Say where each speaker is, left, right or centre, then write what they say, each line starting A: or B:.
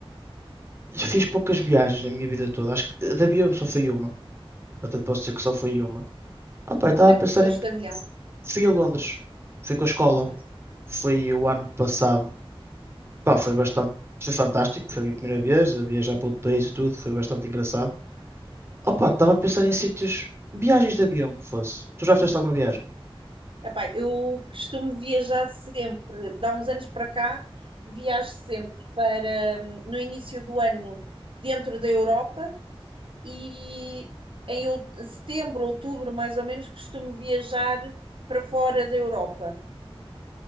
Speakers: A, on the right; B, on the right.
A: fiz poucas viagens na minha vida toda. Acho que da avião só foi uma. Até te posso dizer que só foi uma. Ah, pá, e estava
B: Onde
A: a
B: é
A: pensar
B: que tu foste
A: em.
B: de avião?
A: Fui a Londres, fui com a escola,
B: Ok.
A: foi o ano passado. Pá, foi bastante. Foi fantástico, foi a minha primeira vez a viajar para outro país e tudo, foi bastante engraçado. Opa, estava a pensar em sítios, viagens de avião que fosse. Tu já fizeste alguma viagem?
B: Epá, eu costumo viajar sempre. Dá uns anos para cá, viajo sempre para hum, no início do ano dentro da Europa e em out- setembro, outubro, mais ou menos, costumo viajar para fora da Europa.